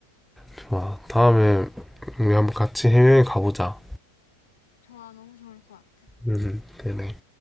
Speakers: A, in the centre; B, on the left.
A: 좋아. 다음에 우리 한번 같이 해외 가보자.
B: 좋아, 너무 좋을 것 같아.
A: 음, 그래.